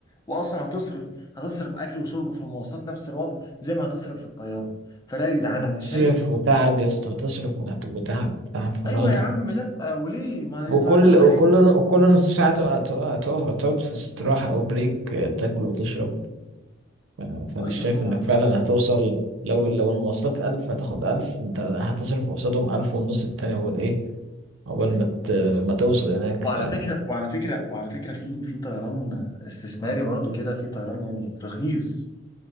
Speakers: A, on the left; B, on the right.
A: واصلا هتصرف هتصرف اكل وشرب في المواصلات نفس الوضع زي ما هتصرف في الطيارة فلا يا جدعان
B: هتصرف
A: انا شايف
B: وتعب يا اسطى هتصرف وهت- وتعب تعب فرهدة
A: ايوه يا عم لا وليه ما هي
B: وكل
A: طيران
B: وكل
A: اهي
B: وكل نص ساعة تقع- تقع- تقف تقعد في استراحة أو بريك آه، تاكل وتشرب آه، فأنا
A: ايوه
B: شايف
A: طبعا
B: إنك فعلا هتوصل لو لو المواصلات ألف هتاخد ألف أنت هتصرف قصادهم ألف ونص التاني أول إيه أول ما ت- ما توصل هناك
A: وعلى
B: ف
A: فكرة وعلى فكرة وعلى فكرة في في طيران استثماري برضو كده في طيران يعني رخيص